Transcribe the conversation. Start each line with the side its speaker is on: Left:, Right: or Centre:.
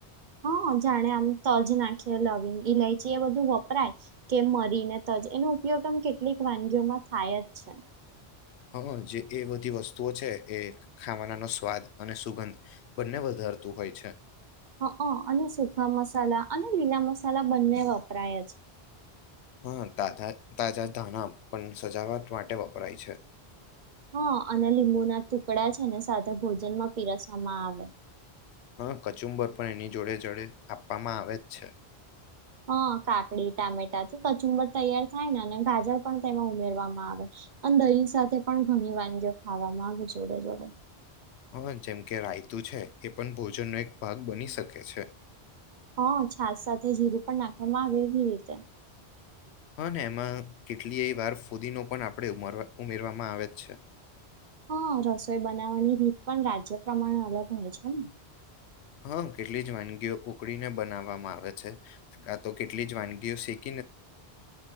Right: હા જાણે આમ તજ નાખીએ, લવિંગ ઈલાઈ ચી એ બધું વપરાય, કે મરીને તજ એનો ઉપયોગ આમ કેટલીક વાનગીઓમાં થાય જ છે.
Left: હા જે એ બધી વસ્તુઓ છે એ ખાવાના નો સ્વાદ અને સુગંધ બંને વધ ધારતું હોય છે.
Right: હઅં અને સુખા મસાલા અને લીલા મસાલા બંને વપરાય જ
Left: હા તાજા તાજા ધાણા પણ સજાવટ માટે વપરાય છે.
Right: હા અને લીંબુ ના ટુકડા છે ને સાથે ભોજન માં પીરસવામાં આવે.
Left: હા કચુંબર પણ એની જોડે-જોડે આપવામાં આવે જ છે.
Right: હા, કાકડી, ટામેટા થી કચુંબર તૈયાર થાય અને ગાજર પણ તેમાં ઉમેરવામાં આવ વે, અને દહી સાથે પણ ઘણી વાનગીઓ ખાવામાં આવે જોડે-જોડે.
Left: હા જેમ કે રાયતું છે, એ પણ ભોજનનો એક ભાગ બની શકે છે.
Right: હા છાસ સાથે જીરું પણ નાખવામાં આવે એવી રીતે.
Left: હા ને એમાં કેટલીય વાર ફુદીનો પણ આપણે ઉમરવા ઉમેરવામાં આવે જ છે.
Right: હા રસોઈ બનાવવાની રીત પણ રાજ્ય પ્રમાણે અલગ હોય છે ને.
Left: હા કેટલી જ વાનગીઓ ઉકળીને બનાવવામાં આવે છે, કા તો કેટલી જ વાનગીઓ શીખ